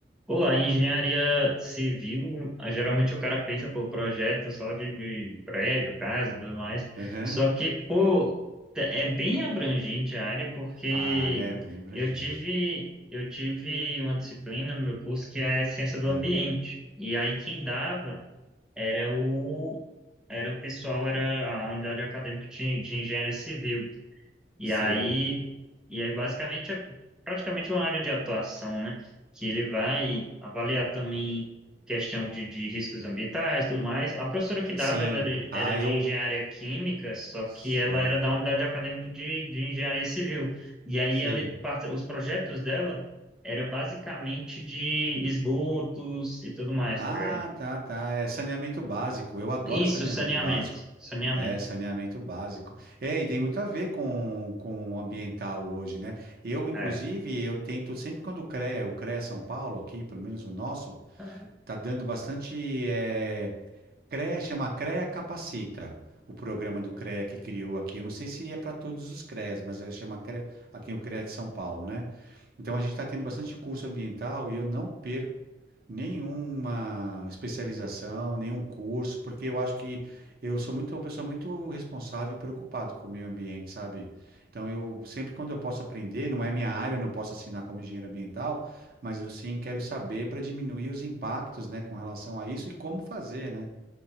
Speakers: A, in the centre; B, on the right.
A: Pô, a engenharia civil, ah, geralmente o cara pensa, pô, projeto só de, de prédio, casa e tudo mais.
B: Aham.
A: Só que, pô, te- é bem abrangente a área, porque
B: A área é bem abrangente.
A: eu tive, eu tive uma disciplina no meu curso que é ciência do
B: É,
A: ambiente. E aí quem dava era o, era o pessoal, era a unidade acadêmica de, de engenharia civil. E
B: sei.
A: aí, e aí basicamente é praticamente uma área de atuação, né? Que ele vai avaliar também questão de, de riscos ambientais, tudo mais. A professora que dava,
B: Sim.
A: ela era,
B: Ah,
A: era de
B: eu.
A: engenharia química, só
B: Sim.
A: que ela era da unidade acadêmica de, de engenharia civil. E aí
B: Sei.
A: ela, parte- os projetos dela eram basicamente de esgotos e tudo mais,
B: Ah,
A: tá ligado?
B: tá, tá. É saneamento básico. Eu adoro
A: Isso,
B: saneamento
A: saneamento,
B: básico.
A: saneamento.
B: É, saneamento básico. É, e tem muito a ver com, com o ambiental hoje, né? Eu, inclusive,
A: É,
B: eu tento, sempre quando o CREA, o CREA São Paulo aqui, pelo menos o nosso,
A: é,
B: tá dando bastante. eh, CREA chama CREA Capacita, o programa do CREA que criou aqui. Eu não sei se é para todos os CREAs, mas é, chama CREA, aqui o CREA de São Paulo, né? Então a gente está tendo bastante curso ambiental e eu não perco nenhuma especialização, nenhum curso, porque eu acho que eu sou muito uma pessoa muito responsável e preocupado com o meio ambiente, sabe? Então eu sempre quando eu posso aprender, não é minha área, eu não posso assinar como engenheiro ambiental, mas eu sim quero saber para diminuir os impactos, né, com relação a isso e como fazer, né?